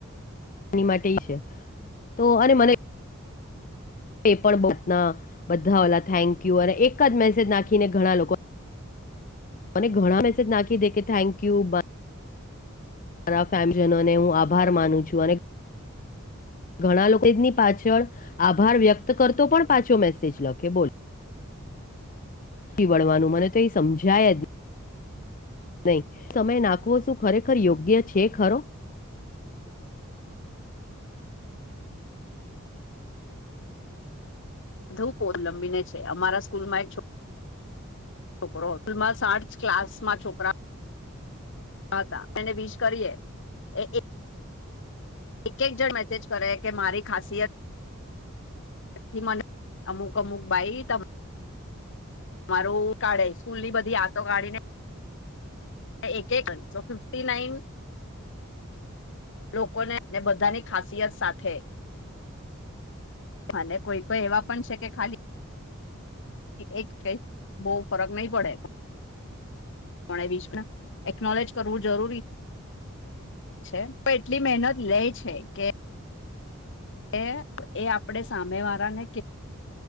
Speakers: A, on the left (about 40°); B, on the left (about 60°).
A: ની માટે છે તો અને મને એ પણ બના બધા ઓલા થેન્ક યુ અને એક જ મેસેજ નાખીને ઘણા લોકો મને ઘણા મેસેજ નાખી દે કે થેન્ક યુ બ મારા ફેમજનો ને હું આભાર માનું છું અને ઘણા લોકો એની પાછળ આભાર વ્યક્ત કરતો પણ પાછો મેસેજ લખે બોલ. પીવડવાનું મને તો એ સમજાય જ નહી સમય નાખવો શું ખરેખર યોગ્ય છે ખરો.
B: બધુ પોન લંબી ને છે અમારા સ્કૂલમાં એક છો છોકરોલ આર્ ક્લાસ માં છોકરા ખાતા એને વિષ કરીએ એ ઈ. એક એક જણ મેસેજ કરે કે મારી ખાસિયત થી મને અમુક અમુક બાઈ ત મારું કાઢે સ્કૂલ ની બધી આતો કાઢી ને એક એક ફિફ્ટી નાઇન લોકોને ને બધાની ખાસિયત સાથે અને કોઈ કોઈ એવા પણ છે કે ખાલી એક એક બહુ ફરક નહી પડે. પો બીસ પણ એકનોલેજ કરવું જરૂરી. પણ એટલી મહેનત લે છે કે એ એ આપડે સામે વાળા ને